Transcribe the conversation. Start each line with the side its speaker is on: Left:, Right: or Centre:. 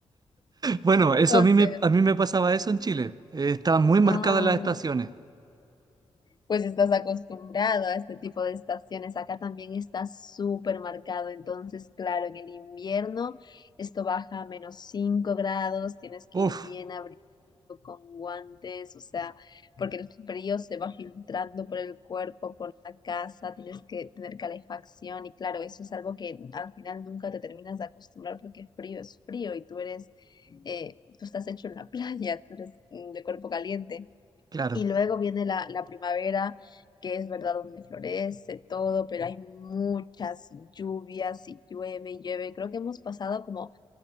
Right: Bueno, eso
Left: O
Right: a mí
Left: sea,
Right: me, a mí me pasaba eso en Chile. Eh, estaban muy marcadas
Left: ah,
Right: las estaciones.
Left: pues estás acostumbrado a este tipo de estaciones. Acá también está súper marcado. Entonces, claro, en el invierno esto baja a menos 5 grados, tienes que
Right: Uf,
Left: ir bien abrigado con guantes, o sea, porque el frío se va filtrando por el cuerpo, por la casa, tienes que tener calefacción y claro, eso es algo que al final nunca te terminas de acostumbrar porque frío es frío y tú eres, eh, tú estás hecho en la <laughs> playa, tú eres mm, de cuerpo caliente.
Right: claro.
Left: Y luego viene la, la primavera, que es verdad donde florece todo, pero hay muchas lluvias y llueve y llueve. Creo que hemos pasado como